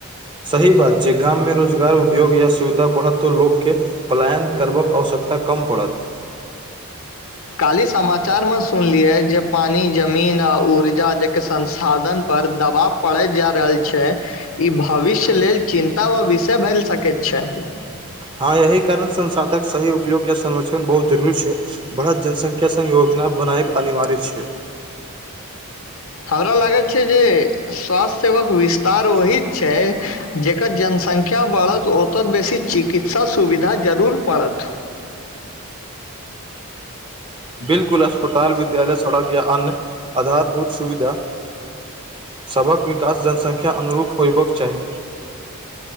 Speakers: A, on the right (about 20°); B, on the left (about 65°).
A: सही बात छैय गाममे रोजगार उपयोग या सुविधा बढ़त त लोकके पलायन करबाक आवश्यक तऽ कम पड़त।
B: काल्हि समाचारमे सुनलियै जे पानि जमीन आ ऊर्जाक संसाधन पर दबाव पड़ैत जा रहल छैय ई भविष्य लेल चिन्ता वा विषय भेल सकैत छैय।
A: हँ एहि कारण संसाधक सही उपयोग या संरक्षण बहुत जरूरी छैय। बढ़त जनसंख्या सङ्घ योजना बनायब अनिवार्य छैय।
B: हमरा लागैत छैय जे स्वास्थ्य सेवक विस्तार ओही छैय जकर जनसंख्या बढ़त ओतऽ बेसी चिकित्सा सुविधा जरूर पड़त।
A: बिलकुल अस्पताल विद्यालय सड़क या अन्य आधारभूत सुविधा सभक विकास जनसंख्या अनुरूप होयबाक चाही।